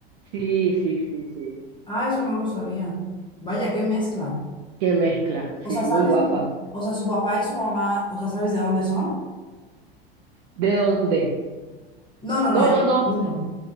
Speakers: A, on the right (about 40°); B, on the left (about 15°).
A: Sí, sí, sí, sí.
B: Ah, eso no lo sabía. Vaya, qué mezcla.
A: Qué mezcla,
B: O
A: sí,
B: sea, ¿sabes?
A: muy guapa.
B: O sea, su papá y su mamá, o sea, ¿sabes de dónde son?
A: ¿De dónde?
B: No, no,
A: No,
B: no, yo-
A: no, no.
B: no.